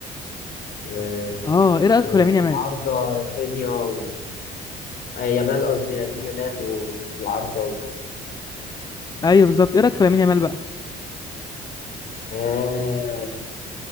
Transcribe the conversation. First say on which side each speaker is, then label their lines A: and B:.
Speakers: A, on the left; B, on the left.
A: و...
B: اه ايه رأيك
A: وفي
B: في لامين يامال
A: العارضة رافينيا و... آه، يامال قصدي لامين يامال وفي العارضة و...
B: ايوه بالظبط ايه رأيك في لامين يامال بقى
A: آه